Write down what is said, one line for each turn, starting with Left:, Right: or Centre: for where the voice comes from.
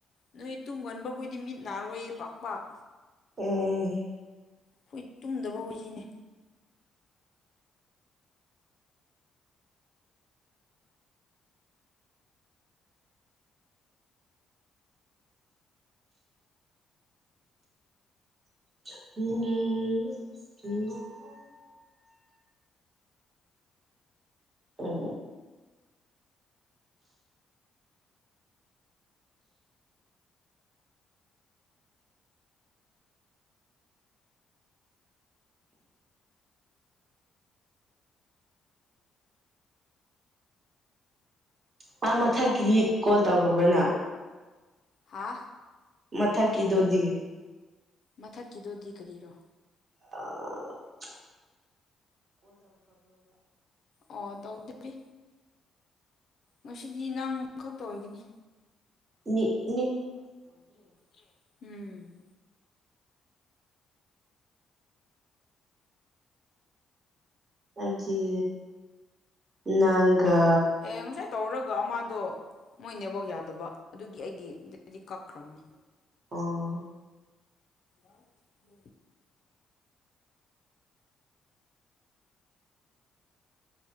Left: ꯅꯣꯏ ꯇꯨꯡꯒꯟꯕꯈꯣꯏꯗꯤ ꯃꯤꯠ ꯅꯥꯔꯣꯏꯌꯦ ꯄꯥꯛ ꯄꯥꯛ
Right: ꯎ
Left: ꯑꯩꯈꯣꯏ ꯇꯨꯝꯗꯕ ꯑꯣꯏꯁꯤꯅꯦ
Right: <inaudible> ꯑ ꯃꯥ ꯃꯊꯛꯀꯤꯗꯤ ꯀꯣꯜ ꯇꯧꯈ꯭ꯔꯕ꯭ꯔꯅ
Left: ꯍꯥ
Right: ꯃꯊꯛꯒꯤꯗꯨꯗꯤ
Left: ꯃꯊꯛꯀꯤꯗꯣꯗꯤ ꯀꯔꯤꯔꯣ
Right: ꯑ
Left: ꯑꯣ ꯇ ꯑꯣꯗꯔꯤ ꯉꯁꯤꯗꯤ ꯅꯪ ꯈꯛꯇ ꯑꯣꯏꯒꯅꯤ
Right: ꯃꯤꯅꯤ
Left: ꯭ꯔꯦ ꯎꯝ
Right: ꯑꯗꯨꯦ ꯅꯒꯥ
Left: ꯑꯦ ꯉꯁꯥꯏ ꯇꯧꯔꯒ ꯑꯃꯗꯣ ꯃꯣꯏ ꯅꯦꯕꯣꯛ ꯌꯥꯗꯕ ꯑꯗꯨꯒꯤ ꯑꯩꯒꯤꯗꯤ ꯀꯛꯈ꯭ꯔꯕꯅꯦ
Right: ꯑꯥ
Left: ꯑ ꯎ